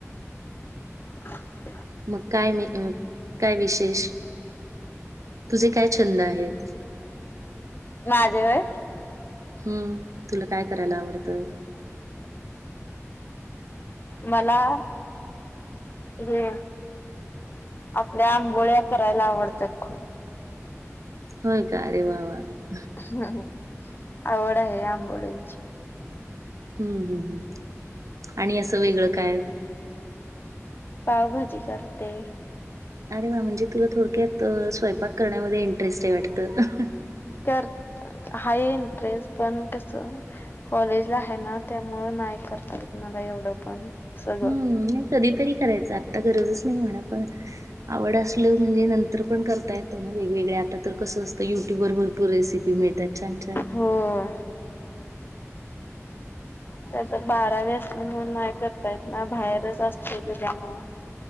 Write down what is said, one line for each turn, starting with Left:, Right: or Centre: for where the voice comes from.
Left: ह <unintelligible>
Right: मग काय मी अ काय विशेष? तुझे काय छंद आहेत?
Left: आ जय.
Right: हम्म. तुला काय करायला आवडतं?
Left: मला हे आपल्या आंबोळ्या करायला आवडतात खूप.
Right: होय का अरे वा वा वा.
Left: हां हम्. आवड आहे आंबोळींची.
Right: हम्म हम् आणि असं वेगळं काय?
Left: पावभाजी करते.
Right: अरे वा म्हणजे तुला थोडक्यात स्वयपाक करण्यामध्ये इंटरेस्ट आहे वाटतं.
Left: कर हाय इंटरेस्ट पण कस कॉलेजला है ना त्यामुळं नाही करता येत मला एवढं पण सगळं
Right: हम्म नही कधीतरी करायचा. ता गरजच नाही म्हणां पण. आवड असल म्हणजे नंतर पण करता येतं ना वेगवेगळे आता तर कसं असतं युट्यूबर भरपूर रेसिपी मिळतात छान छान.
Left: हो त्यात बारावी असल्यामुळं नाही करता येत ना बाहेरच असत त्या मुळ